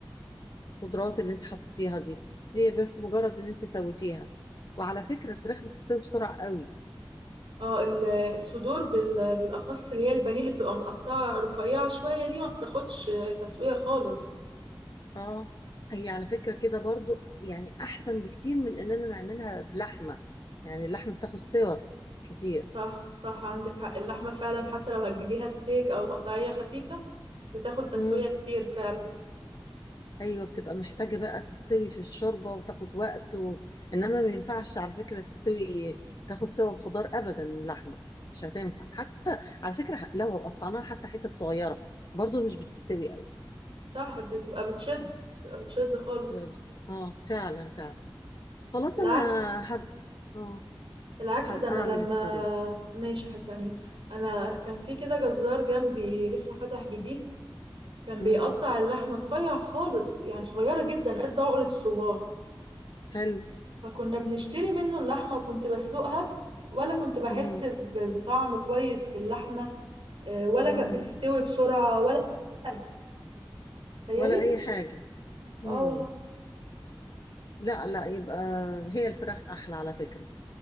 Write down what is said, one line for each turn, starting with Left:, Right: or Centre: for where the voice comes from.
Left: الخضروات اللي انت حطيتيها دي هي بس مجرد ان انت سويتيها وعلى فكرة الفراخ بتستوي بسرعة قوي
Right: اه ال- الصدور بال- بالاخص اللي هي البانيه اللي بتبقى متقطعه رفيعه شويه دي ما بتاخدش تسويه خالص
Left: اه هي على فكرة كده برضو يعني احسن بكتير من اننا نعملها بلحمة يعني اللحمة بتاخد سوا كتير
Right: صح صح عندك حق اللحمه فعلا حتى لو هتجيبيها ستيك او قطعيه خفيفه بتاخد تسويه
Left: امم
Right: كتير فعلا
Left: ايوه بتبقى محتاجة بقى تستوي في الشوربة وتاخد وقت و... انما ما ينفعش على فكرة تستوي تاخد سوا الخضار ابدا من اللحمة مش هتنفع حتى على فكرة لو قطعناها حتى حتت صغيرة برضو مش بتستوي قوي
Right: صح بتبقى بتشد بتبقى بتشد خالص
Left: تبقى بت- اه فعلا فعلا خلاص
Right: بالعكس
Left: انا هب اه
Right: بالعكس
Left: هبقى
Right: ده انا
Left: اعمل
Right: لما
Left: الطريق
Right: ماشي هتعملي انا كان في كده جزار جنبي لسه فتح جديد كان
Left: امم
Right: بيقطع اللحمه رفيع خالص يعني صغيره جدا قد عقله الصباع
Left: حلو
Right: فكنا بنشتري منه اللحمه وكنت بسلقها ولا كنت بحس
Left: امم
Right: ب- بطعم كويس في اللحمه آه، ولا
Left: امم
Right: كانت بتستوي بسرعه ولا <laughs> تخيلي
Left: ولا اي حاجه امم
Right: اه والله
Left: لا لا يبقى هي الفراخ احلى على فكره